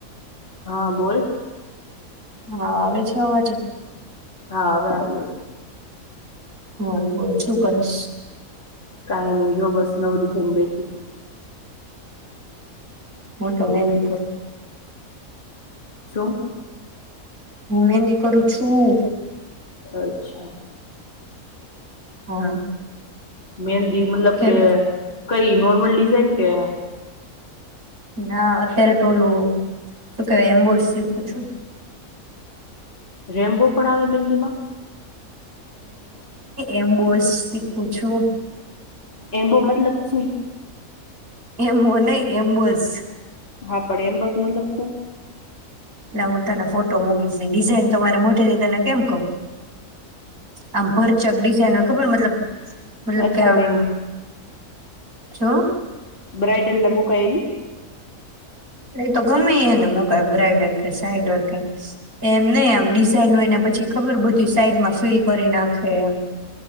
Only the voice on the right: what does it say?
હા આવે છે અવાજ.
હા બોલ શું કરશ.
હું તો મહેંદી મુકું. <unintelligible>
હું મેહંદી કરું છું.
હા.
કેમ
ના અત્યારે તો ઓલું શું કેવાય એબોસ શીખું છું.
એમ બોલ શીખું છું.
એમ હો નાઈ એમબોસ.
ના હું તને ફોટ ટો મોકલીસ ઈ ડિઝાઇન તો મારે મોટ એલી તને કેમ કવ? આમ ભરચક ડિઝાઇન હોય ખબર મતલબ મતલબ
કે આમ
શું
ઈ તો ગમે એને મુકાઈ બ્રાઇડલ કે સાઈડર કે એમ નઈ એમ ડિઝઇન હોય ને પછી ખબર બધી સાઈડમાં ફિલ કરી નાખે એમ